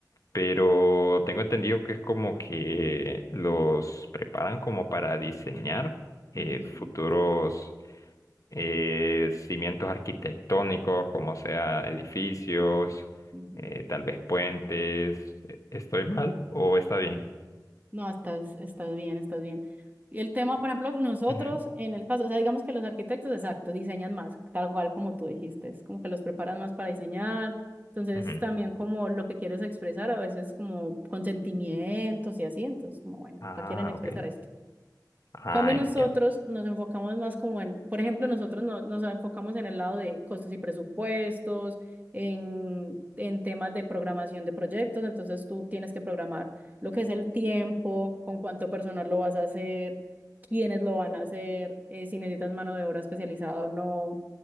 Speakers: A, on the left; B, on the right.
A: pero tengo entendido que es como que los preparan como para diseñar eh,
B: ujú,
A: futuros eh, cimientos arquitectónicos, como sea edificios,
B: ujú.
A: eh, tal vez puentes. ¿Estoy mal o está bien?
B: No, estás, estás bien, estás bien. Y el tema, por ejemplo, nosotros
A: Ujú,
B: en el caso, o sea, digamos que los arquitectos, exacto, diseñan más, tal cual como tú dijiste, es como que los preparan más para diseñar. Entonces,
A: ujú.
B: también como lo que quieres expresar, a veces como consentimientos y así, entonces como bueno,
A: Ah,
B: acá quieren expresar
A: ok.
B: esto.
A: Ah,
B: Cambio nosotros
A: entiendo.
B: nos enfocamos más como en, por ejemplo, nosotros no- nos enfocamos en el lado de costos y presupuestos, en, en temas de programación de proyectos, entonces tú tienes que programar lo que es el tiempo, con cuánto personal lo vas a hacer, quiénes lo van a hacer, eh, si necesitas mano de obra especializada o no.